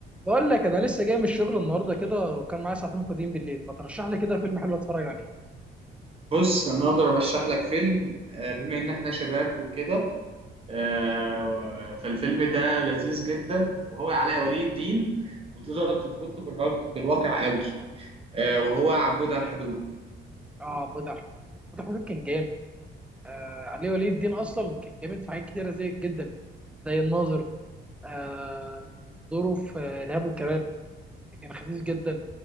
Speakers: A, in the centre; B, on the right.
A: بقول لك انا لسه جاي من الشغل النهارده كده وكان معايا ساعتين فاضيين بالليل ما ترشح لي كده فيلم حلو اتفرج عليه
B: بص انا اقدر ارشح لك فيلم آه، بما ان احنا شباب وكده آه، فالفيلم ده لذيذ جدا وهو علاء ولي الدين وتقدر تربطه بالراك- بالواقع قوي آه، وهو عبود على الحدود
A: اه بضع حدود بضع حدود كان جامد آه علي ولي الدين اصلا كان جامد في حاجات كتيره زي جدا زي الناظر آه دوره في ارهاب والكباب كان خفيف جدا